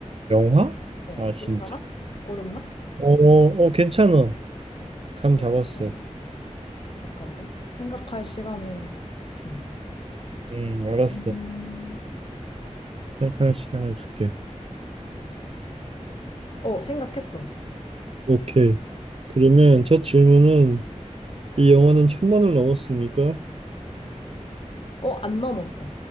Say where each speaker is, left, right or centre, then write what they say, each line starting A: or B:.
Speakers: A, on the right; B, on the left.
A: 영화?
B: 어,
A: 아, 진짜?
B: 괜찮아? 어렵나?
A: 어, 어, 괜찮아. 감
B: 그러면
A: 잡았어.
B: 잠깐만. 생각할 시간을 줘.
A: 음, 알았어.
B: 음,
A: 생각할 시간을 줄게.
B: 어, 생각했어.
A: 오케이. 그러면 첫 질문은 이 영화는 천만을 넘었습니까?
B: 어, 안 넘었어.